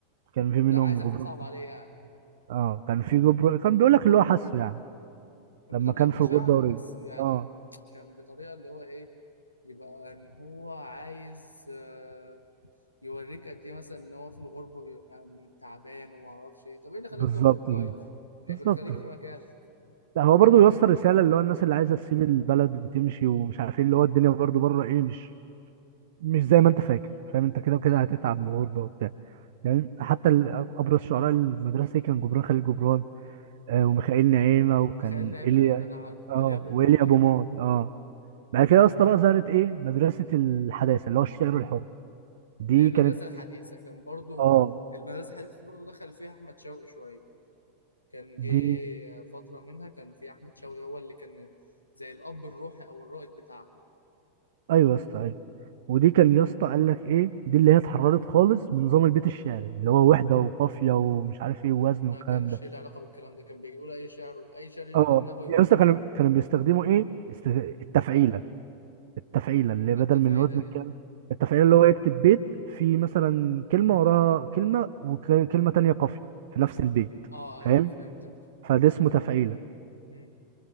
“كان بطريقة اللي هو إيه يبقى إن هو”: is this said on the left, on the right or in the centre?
Left